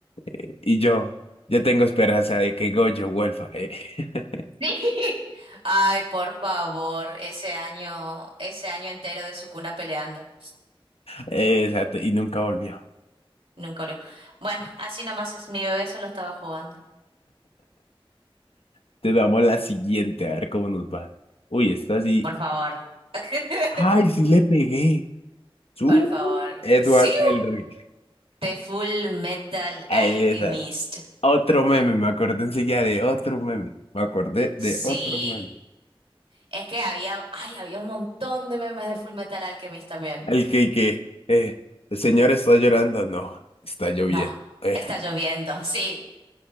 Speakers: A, on the left (about 85°); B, on the right (about 75°).
A: Eh, y yo, yo tengo esperanza de que Goyo vuelva. eh. <laughs>
B: Sí. Ay, por favor, ese año, ese año entero de su cuna peleando.
A: Eh, Exacto, y nunca volvió.
B: Nunca olvidó. Bueno, así nomás es mi bebé, solo estaba jugando.
A: Entonces veamos la siguiente, a ver cómo nos va. Uy, esta sí.
B: Por favor. <laughs>
A: ¡Ay, sí le pegué! ¡Su!
B: Por favor.
A: Edward
B: Sí.
A: Elric.
B: The Full Metal
A: Exacto.
B: Alchemist.
A: Otro meme, me acordé enseguida de otro meme. Me acordé
B: Sí.
A: de otro meme.
B: Es que había, ay, había un montón de memes de Full Metal Alchemist también.
A: El que, que, eh, el señor está llorando. No, está lloviendo.
B: No,
A: Eh,
B: está lloviendo. <laughs> Sí,